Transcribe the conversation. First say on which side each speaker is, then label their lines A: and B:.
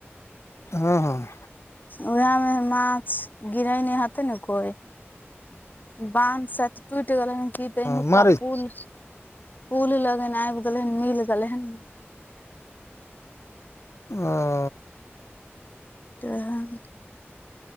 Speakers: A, on the left; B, on the left.
A: हँ हँ।
B: उएह मे माछ गिरैने हेतै ने कोय। बांध सायद टुइट गेलैन कि पहिनुका
A: हँ मारै
B: पुल -पुल लगन आइब गेलैन मिल गेलैन।
A: ओ
B: तेंहन